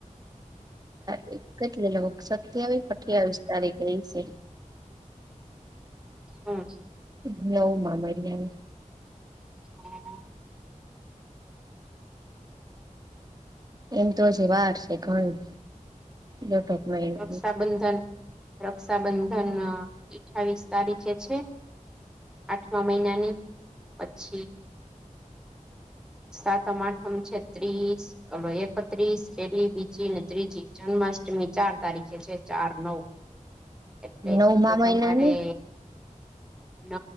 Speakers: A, on the right; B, in the centre.
A: <inaudible> કેટલી <unintelligible> સત્યાવીસ અઠ્યાવીસ તારીખે હઈશે.
B: હમ.
A: નવમા મહિને
B: <inaudible>
A: એમ તો હજી વાર છે ઘણી. દોઢેક મહિનાની
B: રક્ષાબંધન, રક્ષાબંધન અઠાવીસ તારીખે છે. આઠમા મહિનાની પછી સાતમ આઠમ છે ત્રીસ અવે એકત્રીસ પેલી બીજીને ત્રીજી જન્માષ્ટમી ચાર તારીખે છે ચાર નવ એટલે
A: નવમા
B: તો
A: મહિનાની
B: તમારે <unintelligible>